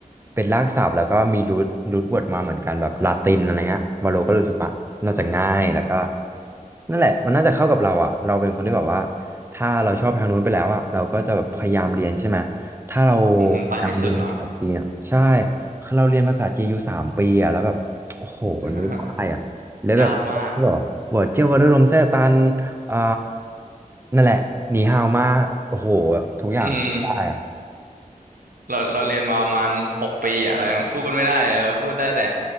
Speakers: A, on the right; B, on the right.
A: เป็นรากศัพท์แล้วก็มีรูทรูทเวิร์ดมาเหมือนกันแบบลาตินอะไรเงี้ยวาโลก็รู้สึกว่าน่าจะง่ายแล้วก็นั่นแหละมันน่าจะเข้ากับเราอะเราเป็นคนที่แบบว่า ถ้าเราชอบทางนู้นไปแล้วอ่ะเราก็จะแบบพยายามเรียนใช่ไหมถ้าเรา
B: อืมไปให้สุดเนาะ
A: พยายามเรียนภาษาจีนอ่ะใช่คือเราเรียนภาษาจีนอยู่สามปีอ่ะแล้วแบบโอ้โหมันไม่ได้อ่ะแล้วแบบ
B: <laughs> ยากมาก
A: หรอบอกเจ้าวรุลมแซ่ตันอ่านั่นแหละหนีฮาวมาโอ้โหแบบทุกอย่างได้อ่ะ
B: อืมเราเราเรียนมาประมาณหกปีอ่ะเรายังพูดไม่ได้เลยเราพูดได้แต่